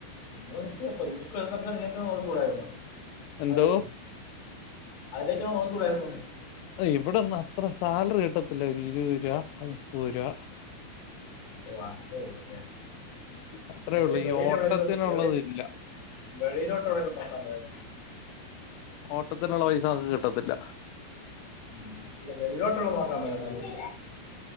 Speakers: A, on the left; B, on the left.
A: എനിക്ക് <unintelligible> നിങ്ങക്ക് <unintelligible> നിങ്ങക്ക് നോക്കികൂടായിരുന്നോ
B: എന്തോ
A: അതിലേ അതിലേക്ക് നോക്കിക്കൂടായിരുന്നോ.
B: ഇവിടൊന്നും അത്ര സാലറി കിട്ടത്തില്ല ഒരു ഇരുപത് രൂപ മുപ്പത് രൂപ.
A: ഓഹ് അത്രേള്ളു ല്ലേ.
B: അത്രേ
A: അല്ലേ പിന്നെ
B: ഉള്ളൂ
A: വെളിൽ
B: ഈ ഓട്ടത്തിനുള്ളത്
A: എവിടെങ്കിലും വെളി
B: ഇല്ല
A: വെളിയിലോട്ട് എവിടെക്കും നോക്കാൻ മേലായിരുന്നോ.
B: ഓട്ടത്തിനുള്ള പൈസ അതൊന്നും കിട്ടത്തില്ല.
A: ആണോ അല്ല വെളിലോട്ടുള്ളത് നോക്കാൻ മേലാരുന്നോ.